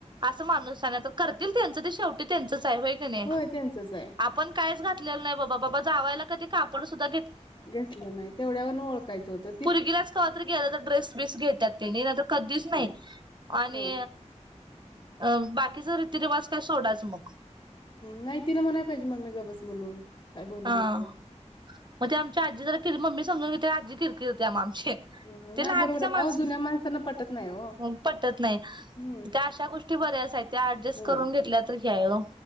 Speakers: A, on the right (about 40°); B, on the left (about 35°).
A: असं माणूस हाय करतील त्यांच ते शेवटी त्यां च होय कणी
B: होय त्यांचंच आहे.
A: आपण कायच घातलेल नाही. बाबा जावायला कधी कापड सुध्दा
B: घेतलं नाही तेवढ्यावर ओळखयचं होत
A: पोरगीलाच कवा तर गेला तर ड्रेस बीस घेतात्यात तेनी ना तर कधीच
B: ह
A: नाही आणि
B: ह <inaudible>
A: अं बाकीचा रीतीरिवाज काय सोडाच मग
B: नाही तिला म्हणाय पाहिजे मम्मी गबस म्हणून काय बोलू
A: हा
B: नको
A: मग ते आमची आजी जरा केिर मम्मी समजून घेत्या आजी किरकिरत्या आम
B: हं
A: तीला
B: नाही
A: आधीच्या
B: बरोबर आहे
A: माणसान
B: अहो जुन्या माणसांना पटत नाही हो
A: पटत नाही
B: हम्म
A: त्या अशा गोष्टी बऱ्याच आहेत त्या ऍडजस्ट करून
B: ह
A: घेतल्या तर हे हाय ओ